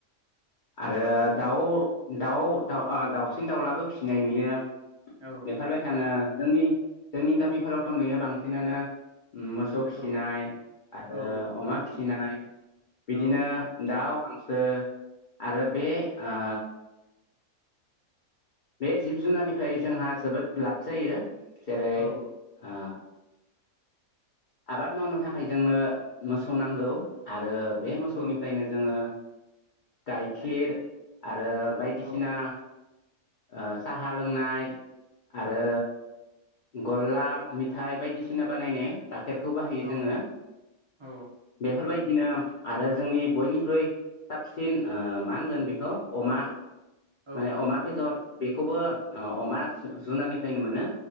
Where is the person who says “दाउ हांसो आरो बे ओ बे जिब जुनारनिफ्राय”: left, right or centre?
Left